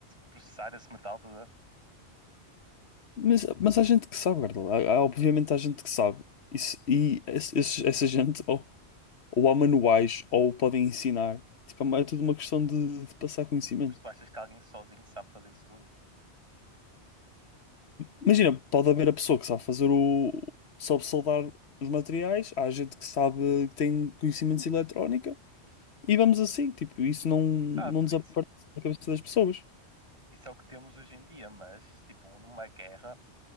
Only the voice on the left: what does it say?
Mas, mas há gente que sabe, Gardel. Há- há- obviamente há gente que sabe. Isso, e esse- esses- essa gente ou, ou há manuais ou podem ensinar. Tipo, é tudo uma questão de de passar conhecimento.
Imagina, pode haver a pessoa que sabe fazer o. sabe soldar os materiais, há gente que sabe que tem conhecimentos de eletrónica e vamos assim, tipo, isso não, não
desaparece
da cabeça das pessoas.